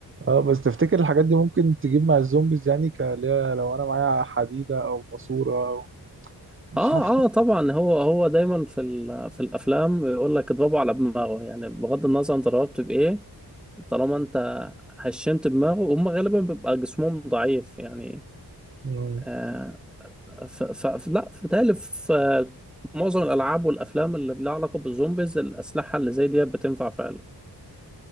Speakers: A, on the right; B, in the centre.
A: آه، بس تفتكر الحاجات دي ممكن تجيب مع الزومبيز يعني ك- اللي هي لو انا معايا حديدة او ماسورة مش
B: اه
A: عارف
B: اه طبعا هو هو دايما في ال- في الافلام يقول لك اضربه على دماغه يعني بغض النظر انت ضربت بايه طالما انت هشمت دماغه هم غالبا بيبقى جسمهم ضعيف يعني
A: مم.
B: آه ف ف لا في تالي في معظم الالعاب والافلام اللي لها علاقة بالزومبيز الاسلحة اللي زي دي بتنفع فعلا